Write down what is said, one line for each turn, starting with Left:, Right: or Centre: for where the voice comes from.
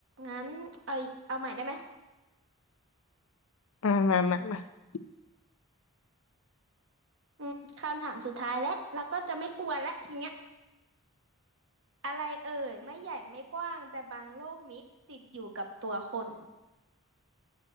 Right: งั้นเอาอีกเอาใหม่ได้ไหม
Left: อ่ามามามา
Right: อืมคำถามสุดท้ายแล้วแล้วก็จะไม่กวนแลวทีเนี้ยอะไรเอ่ยไม่ใหญ่ไม่กว้างแต่บางโลกมิตรติดอยู่กับตัวคน